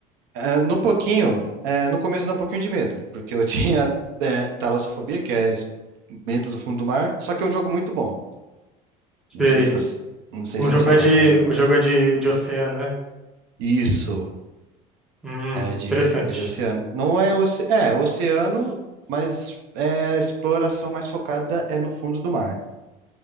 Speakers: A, on the right; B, in the centre.
A: É, no pouquinho, é, no começo dá um pouquinho de medo, porque eu <laughs> tinha é, talassofobia, que é es- medo do fundo do mar, só que é um jogo muito bom.
B: Sei.
A: Não sei se você, não sei
B: O
A: se
B: jogo
A: você
B: é
A: gosta
B: de,
A: mais ou menos.
B: o jogo é de, de oceano, né?
A: Isso,
B: Hum,
A: é de,
B: interessante.
A: é de oceano. Não é, oce, é oceano, mas é, a exploração mais focada é no fundo do mar.